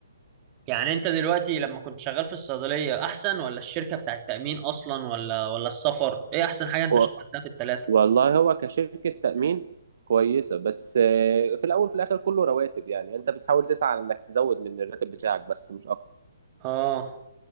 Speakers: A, on the right; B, on the right.
A: يعني انت دلوقتي لما كنت شغال في الصيدلية احسن ولا الشركة بتاع التأمين اصلا ولا ولا السفر ايه احسن حاجة انت
B: و...
A: اشتغلتها في التلاتة
B: والله هو كشركه تامين كويسه بس آه، في الاول في الاخر كله رواتب يعني انت بتحاول تسعى على انك تزود من الراتب بتاعك بس مش اكتر
A: اه